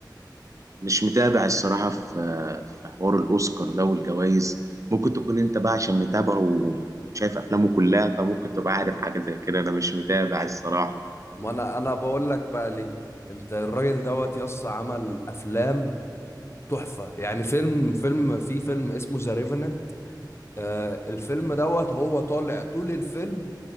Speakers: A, on the right; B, on the left.
A: مش متابع الصراحة في في حوار الأوسكار ده والجوائز ممكن تكون أنت بقى عشان متابعه وشايف أفلامه كلها فممكن تبقى عارف حاجة زي كده أنا مش متابع الصراحة
B: ما أنا أنا بقول لك بقى ليه أنت الراجل دوت يسطا عمل أفلام تحفة يعني فيلم فيلم في فيلم اسمه ذا ريفننت آه، الفيلم دوت هو طالع طول الفيلم